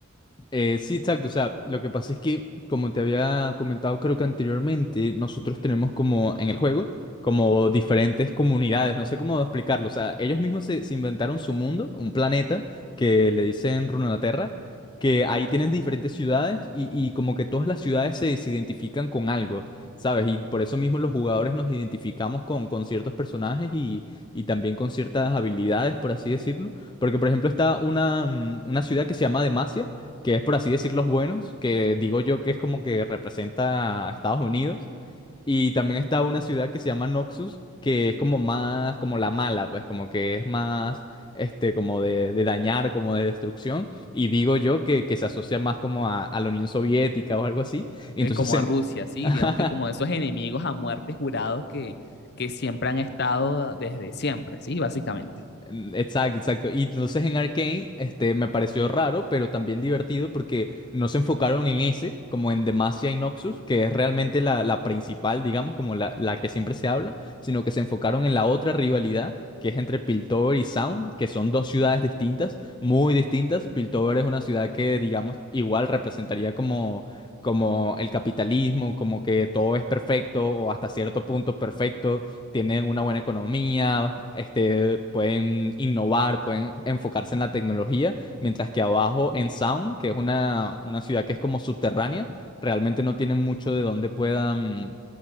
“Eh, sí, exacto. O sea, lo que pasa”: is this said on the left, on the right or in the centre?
Left